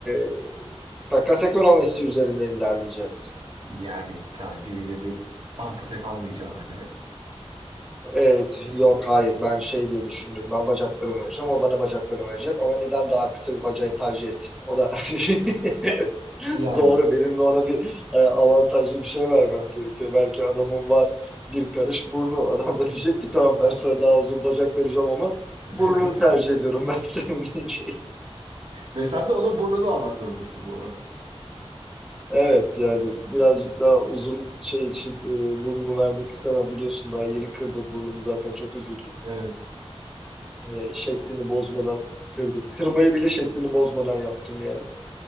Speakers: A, in the centre; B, on the right (about 60°).
A: e, Takas ekonomisi üzerinden ilerleyeceğiz.
B: Yani tabii birileri ampute kalmayacağına göre.
A: Evet, yok hayır ben şey diye düşündüm. Ben bacaklarımı vereceğim, o bana bacaklarını verecek. Ama neden daha kısa bir bacağı tercih etsin? O da <laughs>
B: Yani.
A: doğru. Benim de ona bir e, avantajlı bir şey vermem gerekiyor. Belki adamın var bir karış burnu. Adam da diyecek ki tamam ben sana daha uzun bacak vereceğim ama
B: <laughs>
A: burnunu tercih ediyorum ben <laughs> senin diyecek.
B: Ve sen de onun burnunu almak zorundasın bu arada.
A: Evet yani birazcık daha uzun şey için e, burnumu vermek istemem. Biliyorsun daha yeni kırdım burnumu zaten çok üzüldüm.
B: Evet.
A: ve şeklini bozmadan kırdım. Kırmayı bile şeklini bozmadan yaptım yani.